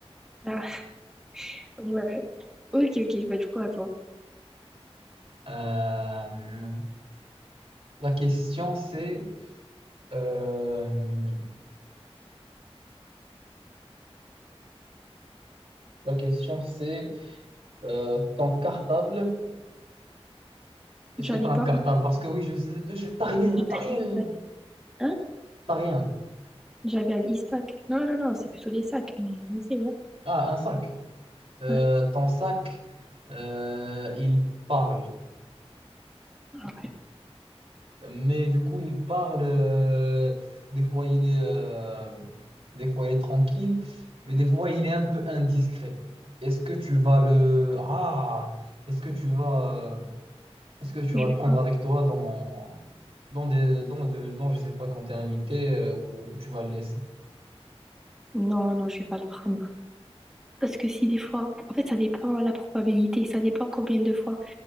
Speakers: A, in the centre; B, on the right (about 70°).
A: voir. Ouais. Ok, ok. Bah, du coup, à toi.
B: Euh, la question c'est, euh, La question c'est euh, ton cartable. Est-ce
A: J'en
B: que tu
A: ai
B: as un
A: pas
B: cartable?
A: un
B: Parce que oui, je sais, je- t'as rien,
A: à
B: t'as rien,
A: Ispac. Hein?
B: t'as rien.
A: J'avais un Ispac. Non, non, non, c'est plutôt les sacs. Mais vas-y, ouais.
B: Ah, un sac. Euh,
A: Ouais.
B: ton sac, euh, il parle.
A: Ah ouais.
B: Mais du coup, il parle. euh, des fois, il est, euh, des fois, il est tranquille, mais des fois, il est un peu indiscret. Est-ce que tu vas le, ah, est-ce que tu vas, euh, Est-ce que tu
A: Je
B: vas
A: vais
B: le prendre
A: pas.
B: avec toi dans, dans des, dans, de- dans, je sais pas, quand tu es invité euh, ou tu vas le laisser?
A: Non, non, je vais pas le prendre. Parce que si des fois, en fait, ça dépend la probabilité, ça dépend combien de fois.